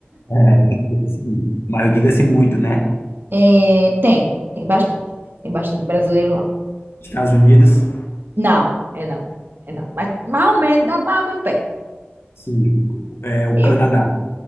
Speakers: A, on the left; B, on the right.
A: É, <laughs> diga-se muito. mas eu digo assim muito, né?
B: É, tem, tem bastante. Tem bastante brasileiro lá.
A: Estados Unidos?
B: Não, é não, é não. Mas mais ou menos, dá mais ou menos pé.
A: Sim, é o
B: Esse-
A: Canadá.